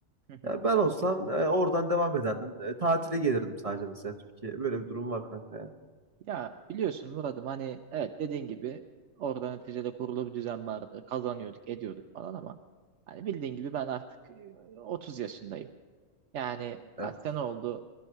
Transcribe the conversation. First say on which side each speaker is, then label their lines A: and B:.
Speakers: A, on the right (about 80°); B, on the right (about 35°).
A: hı hı.
B: ya ben olsam e, oradan devam ederdim. E, tatile gelirdim sadece mesela Türkiye'ye. Böyle bir durum var kanka. yani.
A: Ya biliyorsun Murat'ım hani evet dediğin gibi orada neticede kurulu bir düzen vardı. Kazanıyorduk, ediyorduk falan ama hani bildiğin gibi ben artık e, 30 yaşındayım. Yani kaç
B: Evet.
A: sene oldu?